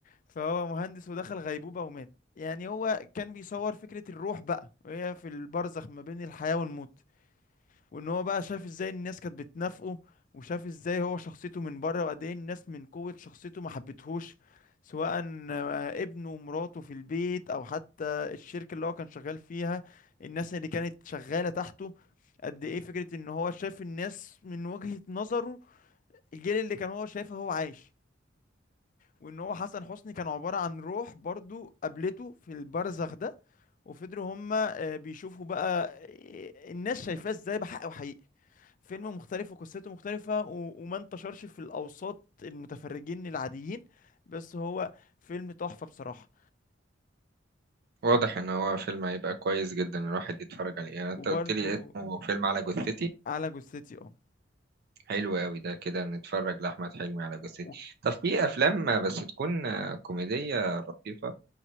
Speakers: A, on the left; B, on the right.
A: فهو مهندس ودخل غيبوبه ومات يعني هو كان بيصور فكره الروح بقى وهي في البرزخ ما بين الحياه والموت وان هو بقى شاف ازاي الناس كانت بتنافقه وشاف ازاي هو شخصيته من بره وقد ايه الناس من قوة شخصيته ما حبتهوش سواء آه، ابنه ومراته في البيت او حتى الشركة اللي هو كان شغال فيها الناس اللي كانت شغالة تحته قد ايه فكرة ان هو شاف الناس من وجهة نظره الجيل اللي كان هو شايفه هو عايش وان هو حسن حسني كان عبارة عن روح برضو قابلته في البرزخ ده وفضلوا هما آه، بيشوفوا بقى آه، الناس شايفاه ازاي بحق وحقيقة فيلم مختلف وقصته مختلفة و... وما انتشرش في الأوساط المتفرجين العاديين بس هو فيلم تحفة بصراحة
B: واضح ان هو فيلم هيبقى كويس جدا الواحد يتفرج عليه يعني انت
A: وبرضو
B: قلت لي اسمه فيلم على جثتي
A: على جثتي اه
B: حلو قوي ده كده نتفرج لاحمد حلمي على
A: و...
B: جثتي
A: و-
B: طب في افلام بس تكون كوميديه لطيفه